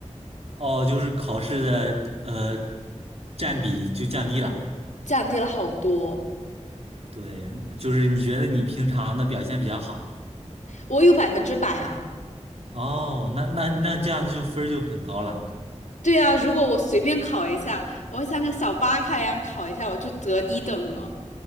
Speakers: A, on the right (about 60°); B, on the left (about 85°).
A: 哦，就是考试的呃占比就降低了，
B: 降低了好多，
A: 对，就是你觉得你平常的表现比较好，
B: 我有百分之百啊。
A: 哦，那那那这样子就分儿就很高了，
B: 对啊，如果我随便考一下，我像个小巴卡一样考一下，我就得一等了。